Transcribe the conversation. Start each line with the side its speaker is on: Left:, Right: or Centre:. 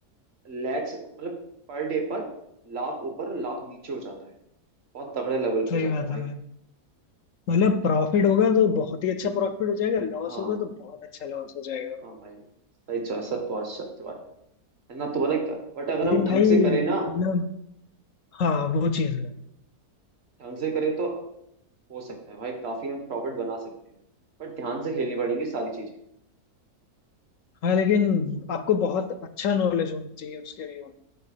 Right: लैक्स मतलब पर डे पर लाख ऊपर लाख नीचे हो जाता है बहुत तगड़े लेवल पे
Left: सही
Right: हो जाता
Left: बात
Right: है भाई
Left: है भाई मतलब प्रॉफिट होगा तो बहुत ही अच्छा प्रॉफिट हो जाएगा लॉस
Right: हाँ
Left: होगा तो बहुत अच्छा लॉस हो जाएगा
Right: हाँ भाई सही चॉइस सत्वास है ना तो लाइक बट अगर
Left: लेकिन
Right: हम ढंग
Left: भाई
Right: से करें ना
Left: मतलब हाँ वो चीज है
Right: ढंग से करें तो हो सकता है भाई काफी हम प्रॉफिट बना सकते हैं बट ध्यान से खेलनी पड़ेंगी सारी चीजें
Left: हाँ लेकिन आपको बहुत अच्छा नॉलेज होना चाहिए उसके लिए